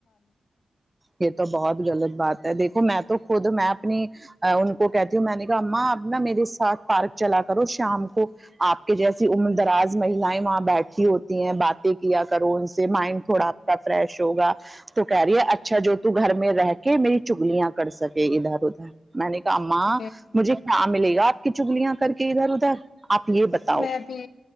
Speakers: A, on the right; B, on the left.
A: یہ تو بہت غلط بات دیکھو میں تو خود میں اپنی ان کو کہتی ہوں میں نے کہا ماں اب ن میرے ساتھ پارک چلا کرو شام کو آپ کے جیسی عمر دراز مہیلیں وہاں بیٹھی ہوتی ہیں بات کیا کرو ان سے مائنڈ تھوڑا آپ کا فریش ہوا تو کہہ رہی ہے اچھا جو ت گھر میں رہ کے میری چگلیاں کر سکے ادھر ادھر میں نے کہا
B: ہاں
A: ااں مجھے کیا ملے گی آپ کی چگلیاں کر کے ادھر ادھر آپ یہ بتاؤ
B: میں بھی